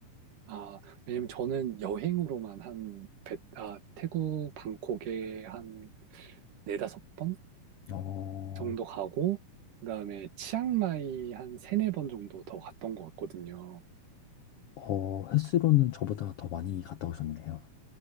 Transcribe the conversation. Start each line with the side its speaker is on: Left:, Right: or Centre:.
Right: 아, 왜냐면 저는 여행으로만 한, 배, 아, 태국 방콕에 한 네다섯 번
Left: 어,
Right: 정도 가고, 그다음에 치앙마이 한 세네 번 정도 더 갔던 것 같거든요.
Left: 어, 횟수로는 저보다 더 많이 갔다 오셨네요.